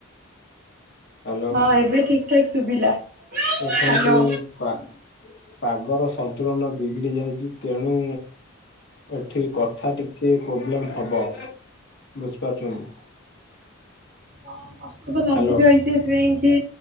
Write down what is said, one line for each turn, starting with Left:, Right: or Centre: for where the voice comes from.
Left: ହ୍ୟାଲୋ
Right: ହଁ ଏବେ ଠିକ ଠାକ ଶୁଭିଲା। ହ୍ୟାଲୋ।
Left: ଦେଖନ୍ତୁ। ପା ପାଗର ସନ୍ତୁଳନ ବିଗିଡି ଯାଇଛି ତେଣୁ। ଏଠି କଥା ଟିକେ ପ୍ରୋବ୍ଲେମ ହବ ବୁଝିପାରୁଛନ୍ତି।
Right: ହଁ ବର୍ଷାତ ଲାଗିଯାଇଛି
Left: ହ୍ୟାଲୋ
Right: ସେଥିପାଇଁକି